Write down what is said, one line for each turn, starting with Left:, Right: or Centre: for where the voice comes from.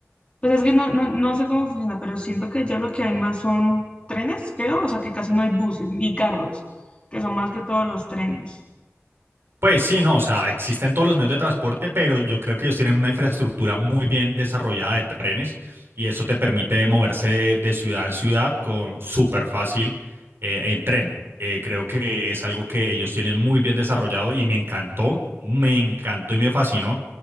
Left: pues es que no, no, no sé cómo funciona, pero siento que allá lo que hay más son trenes, creo, o sea que casi no hay buses ni carros, que son más que todos los trenes.
Right: Pues sí, no, o sea, existen todos los medios de transporte, pero yo creo que ellos tienen una infraestructura muy bien desarrollada de trenes y eso te permite moverse de, ciudad en ciudad con súper fácil eh, en tren. Eh, creo que es algo que ellos tienen muy bien desarrollado y me encantó, me encantó y me fascinó.